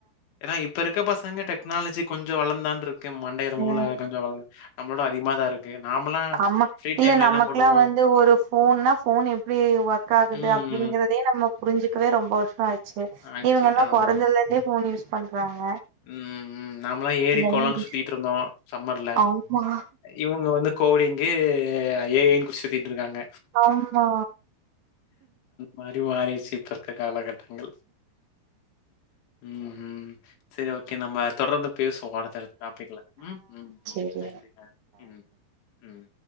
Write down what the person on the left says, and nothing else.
ஏனா இப்ப இருக்க பசங்க டெக்னாலஜி கொஞ்சோ வளந்தான்ருக்கு மண்டைல
மூல கொஞ்சோ வளந்த நம்ப்ளோட அதிக்மாதா இருக் நாமல்லா
<inaudible>
பண்ணுவோ
ம்
ம்.
ஆயிடுச்சு
ஆமா
ம் ம் நம்மளா ஏரி
கொளன்னு
சுத்திட்டு இருந்தோ சம்மர்ல
இவுங்க வந்து கோடீங்கு ஏ ஐ னு சுத்திட்டிருக்காங்க
மருவாய்ர்ச்சி இப்பர்க்க காலகட்டங்கள்ம் ம் சரி ஓகே நம்ம தொடர்ந்து பேசுவோ அ டுத்தடுத் டாப்பிக்ல ம் ம்
நன்றி நன்றி ம் ம்